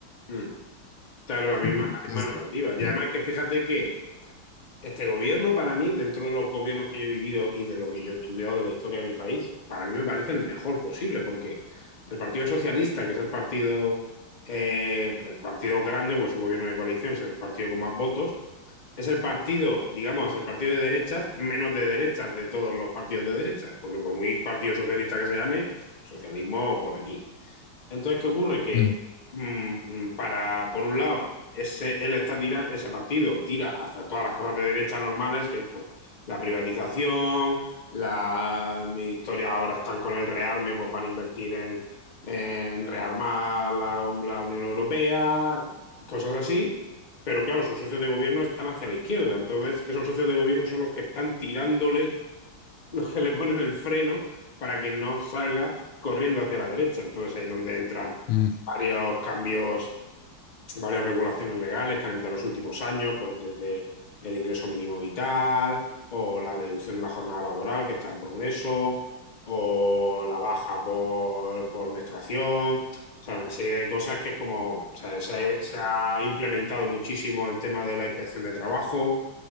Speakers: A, on the left; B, on the left.
A: Mm, claro, la misma,
B: mm,
A: la
B: entonces,
A: misma narrativa. Y
B: mm,
A: además que fíjate que Este gobierno, para mí, dentro de los gobiernos que yo he vivido y de lo que yo he estudiado de la historia de mi país, para mí me parece el mejor posible, porque el Partido Socialista, que es el partido, eh, el partido grande, porque es un gobierno de coalición, es el partido con más votos, es el partido, digamos, el partido de derechas, menos de derechas de todos los partidos de derechas, porque por muy partido socialista que se llame, socialismo por aquí. Entonces, ¿qué ocurre? Que
B: mm,
A: mm, mm, para, por un lado, ese, él está tira- ese partido tira hacia todas las cosas de derecha normales, que es pues la privatización, la mi historia ahora están con el rearme, pues van a invertir en, en rearmar la, la Unión Europea, cosas así. Pero claro, sus socios de gobierno están hacia la izquierda. Entonces, esos socios de gobierno son los que están tirándole los que le ponen el freno para que no salga corriendo hacia la derecha. Entonces ahí es donde entran
B: mm,
A: varios cambios, varias regulaciones legales que han entrado en los últimos años, pues desde el ingreso mínimo vital o la reducción de la jornada laboral que está en progreso o la baja por, por menstruación. O sea, una serie de cosas que es como, o sea, se ha, se ha implementado muchísimo el tema de la inspección de trabajo,